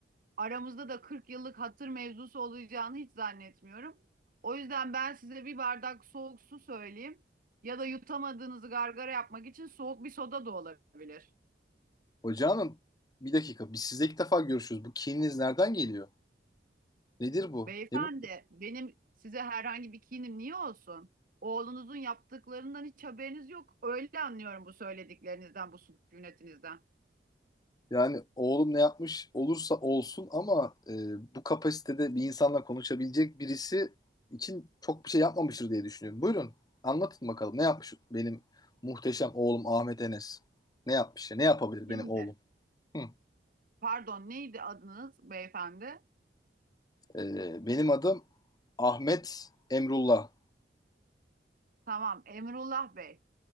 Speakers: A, on the right; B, on the left.
A: Aramızda da 40 yıllık hatır mevzusu olacağını hiç zannetmiyorum. O yüzden ben size bir bardak soğuk su söyleyeyim. Ya da yutamadığınızı gargara yapmak için soğuk bir soda da olabilir.
B: Hoca hanım, bir dakika. Biz sizle ilk defa görüşüyoruz. Bu kininiz nereden geliyor? Nedir bu?
A: Beyefendi,
B: Ne bu?
A: benim size herhangi bir kinim niye olsun? Oğlunuzun yaptıklarından hiç haberiniz yok. Öyle anlıyorum bu söylediklerinizden, bu sükunetinizden.
B: Yani oğlum ne yapmış olursa olsun ama e, bu kapasitede bir insanla konuşabilecek birisi için çok bir şey yapmamıştır diye düşünüyorum. Buyurun anlatın bakalım ne yapmış benim muhteşem oğlum Ahmet Enes. Ne yapmış ya? Ne yapabilir benim
A: Şimdi,
B: oğlum? Hı.
A: pardon neydi adınız beyefendi?
B: E, benim adım Ahmet Emrullah.
A: Tamam, Emrullah Bey.